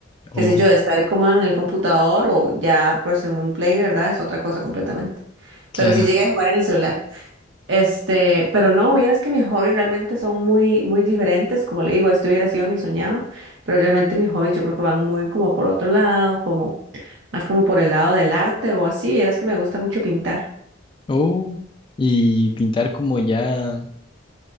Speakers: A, on the left; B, on the right.
A: Oh,
B: qué sé yo, de estar como en el computador o ya pues en un play, ¿verdad? Es otra cosa completamente.
A: claro.
B: Pero sí llegué a jugar en el celular. Este, pero no, vieras que mis hobbies realmente son muy, muy diferentes. Como le digo, esto hubiera sido mi soñado, pero realmente mis hobbies yo creo que van muy como por otro lado, como más como por el lado del arte o así. Vieras que me gusta mucho pintar,
A: Oh, y pintar como ya,